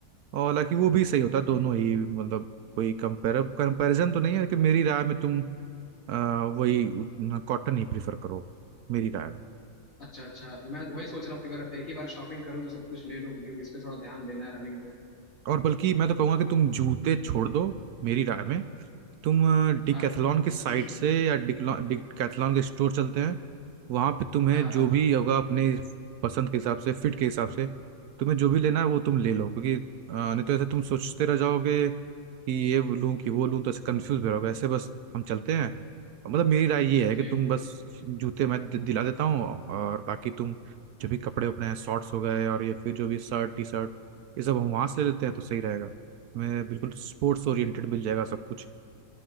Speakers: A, on the right; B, on the left.
A: और हालांकि वो भी सही होता है दोनों ही मतलब कोई कंपेयर कंपैरिजन तो नहीं है लेकिन मेरी राय में तुम आ, वही कॉटन ही प्रिफर करो मेरी राय में
B: अच्छा अच्छा मैं वही सोच रहा हूँ कि अगर एक ही बार शॉपिंग करूँ तो सब कुछ ले लूँ क्योंकि इस पे थोड़ा ध्यान देना है रनिंग पे
A: और बल्कि मैं तो कहूंगा कि तुम जूते छोड़ दो मेरी राय में तुम डिकैथलॉन
B: हाँ
A: की साइट
B: <clears throat>
A: से या डिकैथलॉन के स्टोर चलते हैं वहाँ पे तुम्हें
B: हाँ
A: जो
B: हाँ
A: भी होगा अपने पसंद के हिसाब से फिट के हिसाब से तुम्हें जो भी लेना है वो तुम ले लो क्योंकि अ, नहीं तो ऐसे तुम सोचते रह जाओगे कि ये लूं कि वो लूं तो ऐसे कंफ्यूज भी रहोगे ऐसे बस हम चलते हैं मतलब मेरी राय ये है
B: ठीक
A: कि तुम बस जूते मैं दि- दिला देता हूँ और बाकी तुम जो भी कपड़े उपड़े हैं शॉर्ट्स हो गए और ये फिर जो भी शर्ट टी शर्ट ये सब हम वहाँ से ले लेते हैं तो सही रहेगा मैं बिल्कुल स्पोर्ट्स ओरिएंटेड मिल जाएगा सब कुछ